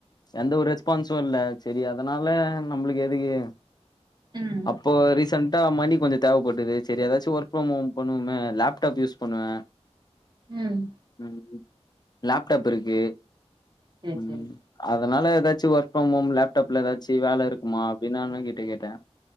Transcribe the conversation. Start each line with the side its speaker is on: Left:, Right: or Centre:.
Left: எந்த ஒரு ரெஸ்பான்ஸு இல்ல செரி அதனால நம்ளுகு எதுகு
Right: ம்.
Left: அப்போ ரீசன்ட்டா மணி கொஞ்சோ தேவப்பட்டது செரி எதாச்சு ஒர்க் ஃப்ரம் ஹோம் பண்ணுவுமே லேப்டாப் யூஸ் பண்ணுவே
Right: ம்
Left: ம் ம் லேப்டாப் இருக்கு
Right: சரி,
Left: ம்
Right: சரி.
Left: ம் அதனால எதாச்சு ஒர்க் ஃப்ரம் ஹோம் லேப்டாப்ல எதாச்சி வேல இருக்குமாப் பின்னு அண்ணங்கிட்ட கேட்டே